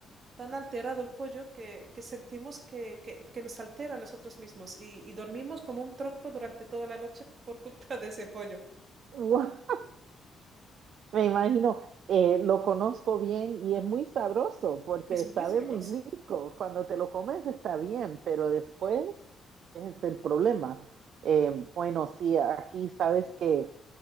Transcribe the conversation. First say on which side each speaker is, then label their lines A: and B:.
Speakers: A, on the right; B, on the right.
A: tan alterado el pollo que, que sentimos que, que- que nos altera a nosotros mismos y, y dormimos como un tronco durante toda la noche <laughs> por culpa de ese pollo.
B: Wow. Me imagino, eh, lo conozco bien y es muy sabroso porque
A: Es
B: sabe
A: muy sabroso.
B: muy rico. Cuando te lo comes está bien, pero después es el problema. Eh, bueno, sí, aquí sabes que